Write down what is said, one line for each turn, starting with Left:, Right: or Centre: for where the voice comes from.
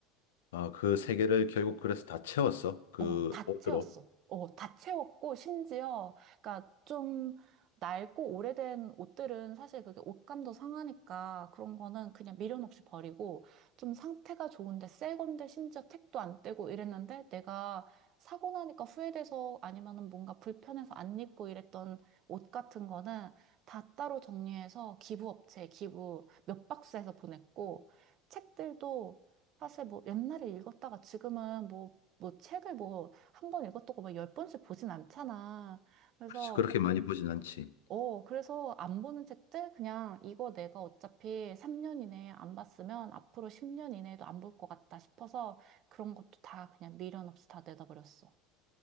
Left: 아, 그 세 개를 결국 그래서 다 채웠어. 그
Right: 어, 다
Left: 옷으로.
Right: 채웠어. 어, 다 채웠고, 심지어, 그니까 좀 낡고 오래된 옷들은 사실 그게 옷감도 상하니까 그런 거는 그냥 미련 없이 버리고, 좀 상태가 좋은데 새 건데 심지어 택도 안 떼고 이랬는데 내가 사고 나니까 후회돼서 아니면은 뭔가 불편해서 안 입고 이랬던 옷 같은 거는 다 따로 정리해서 기부업체에 기부 몇 박스에서 보냈고, 책들도 사실 뭐 옛날에 읽었다가 지금은 뭐 뭐 책을 뭐 한 번 읽었다고 막열 번씩 보진 않잖아. 그래서
Left: 그렇지, 그렇게 많이 보진 않지.
Right: 어 그래서 안 보는 책들 그냥 이거 내가 어차피 3년 이내에 안 봤으면 앞으로 10년 이내에도 안 볼 것 같다 싶어서 그런 것도 다 그냥 미련 없이 다 내다버렸어.